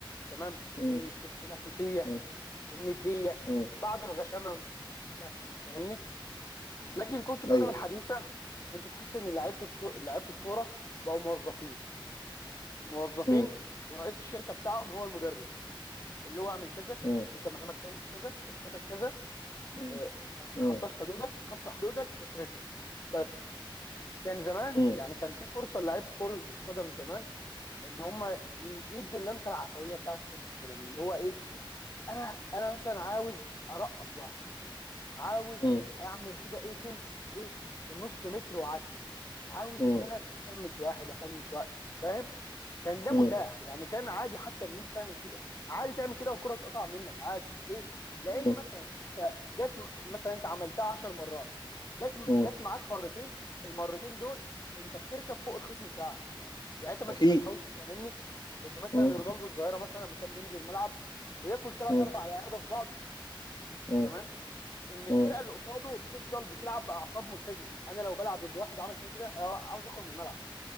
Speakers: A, on the left; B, on the left.
A: تمام
B: م-
A: ال- التنافسيه
B: م-
A: النديه
B: م-
A: بعض الغشامه مش مشكله فاهمني
B: م-
A: لكن كره القدم
B: ايوه
A: الحديثه انت تحس ان لعيبه الكو- لعيبه الكوره بقوا موظفين موظفين
B: مم.
A: ورئيس الشركه بتاعهم هو المدرب اللي هو اعمل كذا
B: مم.
A: انت مهامك كذا كذا، تاسكاتك كذا
B: مم.
A: آه، ما تتخطاش
B: مم.
A: حدودك تتخطى حدودك تترفد بس كان زمان
B: مم.
A: يعني كان في فرصه لعيبه كره القدم زمان ان هم ي- يدوا اللمسه العفويه بتاعت كره القدم اللي هو ايه انا انا مثلا عاوز ارقص واحد عاوز
B: مم.
A: اعمل كده ايه فنت في ايه في نص متر واعدي عاوز
B: مم.
A: ان انا افمس واحد افنس واحد فاهم كان ده
B: مم.
A: متاح يعني كان عادي حتى ان انت تعمل كده عادي تعمل كده والكره تقطع منك عادي ليه؟ لان
B: مم.
A: مثلا انت جت مثلا انت عملتها 10 مرات جت
B: مم.
A: جت معاك مرتين المرتين دول انت بتركب فوق الخصم بتاعك يعني انت ما
B: اكيد
A: ت- ما تحاولش تفهمني ان مثلا
B: مم.
A: رونالدو الظاهره مثلا لما كان بينزل الملعب وياكل ثلاث
B: مم.
A: اربع لعيبه في بعض
B: مم.
A: تمام ان
B: مم.
A: الفرقه اللي قصاده بتفضل بتلعب باعصاب متزنه انا لو بلعب ضد واحد عمل فيها كده أنا عاوز اخرج من الملعب